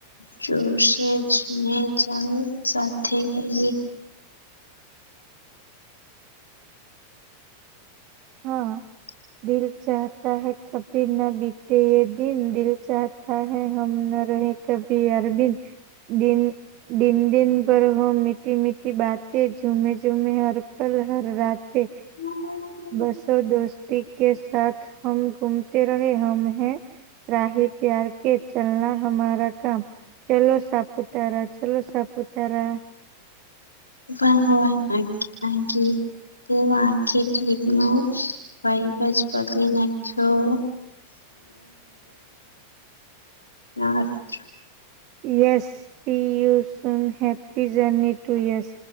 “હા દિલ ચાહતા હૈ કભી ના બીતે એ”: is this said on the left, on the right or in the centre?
Right